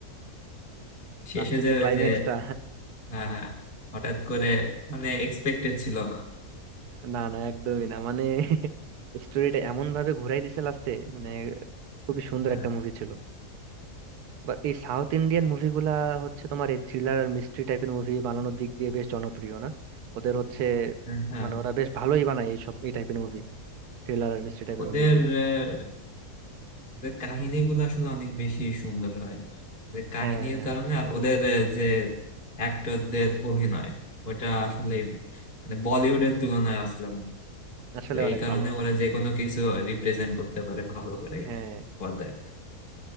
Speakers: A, on the left; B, on the right.
A: শেষে
B: লাস্টের
A: যে
B: যে ক্লাইম্যাক্সটা
A: ওই যে হ্যাঁ হ্যাঁ হঠাৎ করে মানে এক্সপেক্টেড ছিল না
B: না না একদমই না মানে স্টোরিটা এমন ভাবে ঘুরাই দিছে লাস্টে মানে খুবই সুন্দর
A: হ্যাঁ
B: একটা মুভি ছিল বা এই সাউথ ইন্ডিয়ান মুভিগুলা হচ্ছে তোমার এই থ্রিলার আর মিস্ট্রি টাইপের মুভি বানানোর দিক দিয়ে বেশ জনপ্রিয় না ওদের হচ্ছে
A: হ্যাঁ হ্যাঁ।
B: মানে ওরা বেশ ভালোই বানায় এইসব এই টাইপের মুভি থ্রিলার আর মিস্ট্রি টাইপের
A: ওদের
B: মুভিগুলা
A: আহ, ওদের কাহিনীগুলো আসলে অনেক বেশি সুন্দর হয় ওদের কাহিনীর
B: হ্যাঁ হ্যাঁ
A: কারণে আর ওদের আহ, যে অ্যাক্টরদের অভিনয় ওটা আসলে মানে বলিউডের তুলনায় আসলে অনেক।
B: আসলে
A: তো এই
B: অনেক
A: কারণে
B: ভালো
A: ওরা যে কোনো কিছু রিপ্রেজেন্ট করতে পারে ভালো করে
B: হ্যাঁ
A: পর্দায়